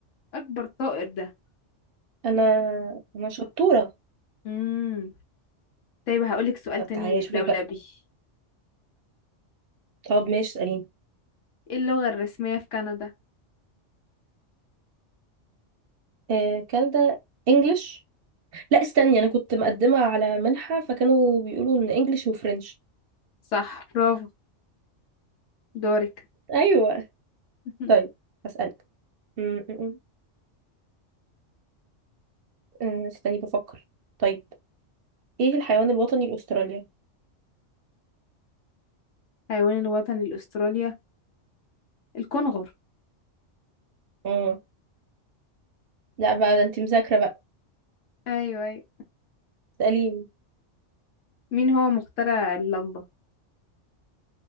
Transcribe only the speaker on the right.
انا انا شطورة
طب
تعالي اشوفك
بقى طب ماشي اسأليني
آه كان ده انجلش لا استني انا كنت مقدمة على منحة فكانوا بيقولوا ان انجلش وفرنش
ايوه
طيب هسألك م- م- م. آه، استني بفكر طيب ايه الحيوان الوطني لاستراليا
اه لا بقى ده انت مذاكرة بقى
اسأليني